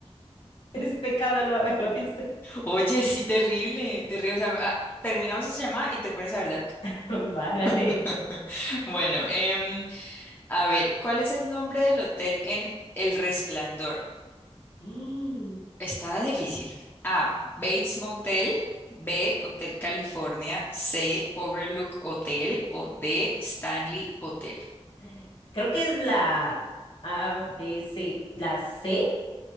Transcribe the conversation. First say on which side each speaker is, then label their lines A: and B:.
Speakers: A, on the left (about 60°); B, on the left (about 20°).
A: es pecado no haberlo visto.
B: Oye, sí, terrible, terrible. O sea, ah, terminamos esa llamada y te pones a ver Dark.
A: <laughs> Vale.
B: <laughs> Bueno, em, a ver, ¿cuál es el nombre del hotel en El Resplandor?
A: Mm,
B: Está difícil. A. Bates Motel. B. Hotel California. C. Overlook Hotel. O D. Stanley Hotel.
A: <gasps> Creo que es la A, B, C. ¿La C?